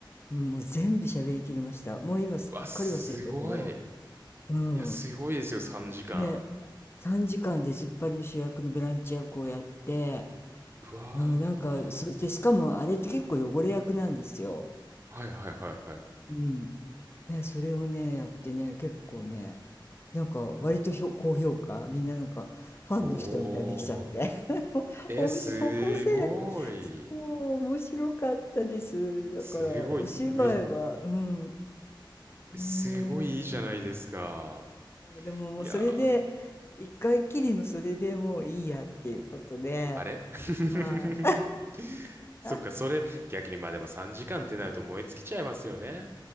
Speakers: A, on the left; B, on the right.
A: うん、もう全部喋りきりました。もう今すっかり忘れたけど、
B: うわ、すごい。い
A: うん。
B: や、すごいですよ、3時間。
A: で、3時間で出ずっぱりの主役のブランチ役をやって、
B: うわ
A: うん、なんかすごい、
B: ー。
A: で、しかもあれって結構汚れ役なんですよ。
B: はいはいはいはい。
A: うん。ね、それをね、やってね、結構ね、なんか割とひょ高評価、みんななんかファンの人みたいにできちゃって。
B: おー。
A: <laughs>
B: え、
A: 面白い、
B: すごい。
A: 高校生だから、そう、面白かったです。だから、
B: すごい、
A: お芝居は、
B: め、
A: うん、ねえ。
B: すごいいいじゃないですか。
A: でももうそれで、
B: いやー、
A: 一回きりのそれでもういいやっていうことで、
B: あれ <laughs>
A: はい。
B: そっか、
A: <laughs>
B: それ、逆に、まあでも3時間ってなると燃え尽きちゃいますよね。